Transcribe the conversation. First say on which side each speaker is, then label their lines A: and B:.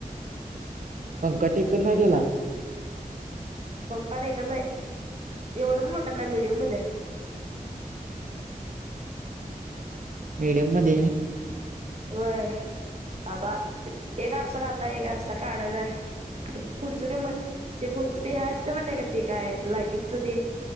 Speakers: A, on the right; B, on the right.
A: पंख टेकत नाय त्याला
B: पंखा टेकत नाही एवढं पण मोठा ना मीडियम मधलं ये
A: मिडीयम मध्ये.
B: होय आता एक आरसा घातलाय एक आरसा काढायच पुढच ते म्ह ते पुडच ते ह असते मग त्या ते काय लाईट च ते